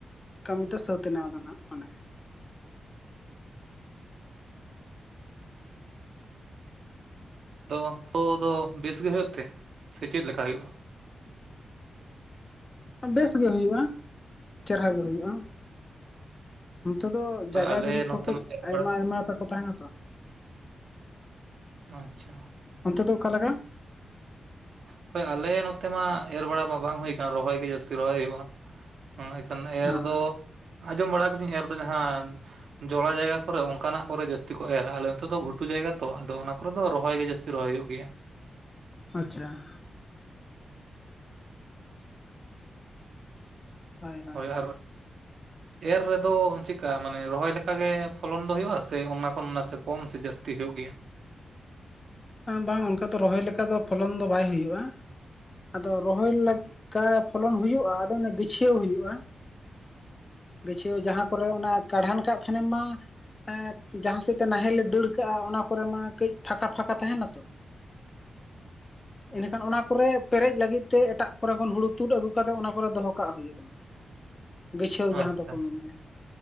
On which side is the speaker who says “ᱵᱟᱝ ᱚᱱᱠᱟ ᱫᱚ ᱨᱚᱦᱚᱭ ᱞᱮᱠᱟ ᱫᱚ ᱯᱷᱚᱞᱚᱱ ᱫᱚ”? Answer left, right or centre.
Left